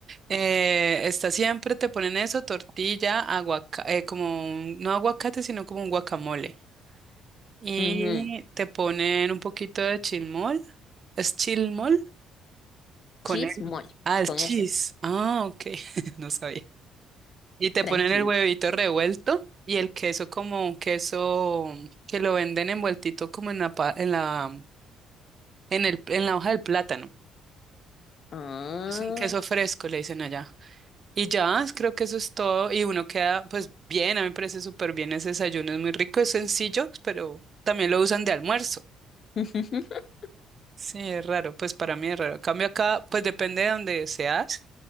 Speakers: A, on the right; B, on the left.
A: eh, está siempre, te ponen eso, tortilla, aguacate, como un- no aguacate, sino como un guacamole. Y
B: ujú.
A: te ponen un poquito de chilmol. ¿Es chilmol? Con
B: Chismol,
A: el... Ah, el
B: con
A: cheese.
B: ese,
A: Ah, ok. <laughs> No sabía. Y te
B: tranquila.
A: ponen el huevito revuelto y el queso como un queso que lo venden envueltito como en la, pa- en la, en el, en la hoja del plátano.
B: Ah,
A: Es un queso fresco, le dicen allá. Y ya, es- creo que eso es todo. Y uno queda, pues bien, a mí me parece súper bien ese desayuno. Es muy rico, es sencillo, pero también lo usan de almuerzo.
B: <laughs>
A: Sí, es raro, pues para mí es raro. En Cambio acá, pues depende de donde seas,